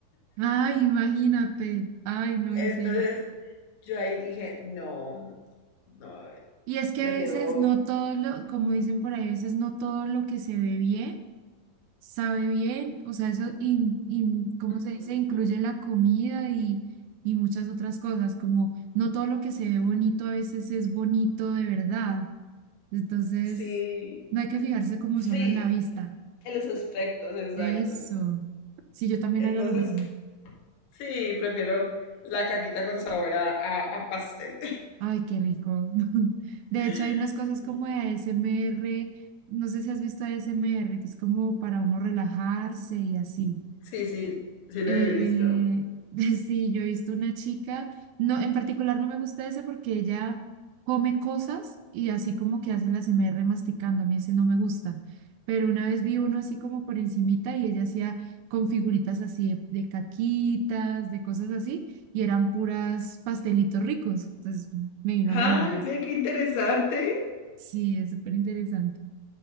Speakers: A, on the right; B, on the left.
A: Ay, imagínate. Ay, no,
B: Entonces
A: en serio.
B: Yo ahí dije, no, no,
A: Y es que
B: prefiero...
A: a veces no todo lo, como dicen por ahí, a veces no todo lo que se ve bien. sabe bien, o sea, eso, in- in- ¿cómo se dice?
B: Ujú.
A: Incluye la comida y, y muchas otras cosas, como no todo lo que se ve bonito a veces es bonito de verdad. Entonces,
B: Sí,
A: no hay que fijarse como
B: sí,
A: solo en la vista.
B: en los aspectos, exacto.
A: Eso. Sí, yo también
B: Entonces,
A: haría lo mismo.
B: sí, prefiero la caquita con sabor a, a- a pastel.
A: Ay, qué rico. <laughs> De
B: <laughs>
A: hecho, hay unas cosas como de A S M R no sé si has visto a S M R que es como para uno relajarse y así.
B: Sí, sí, sí lo
A: Eh,
B: he visto.
A: <laughs> sí, yo he visto una chica, no, en particular no me gusta ese porque ella come cosas y así como que hace la A S m r masticando, a mí ese no me gusta. Pero una vez vi uno así como por encimita y ella hacía con figuritas así de, de caquitas, de cosas así, y eran puras pastelitos ricos. Entonces me vino
B: Ay,
A: a la mente eso.
B: ve qué interesante.
A: Sí, es súper interesante.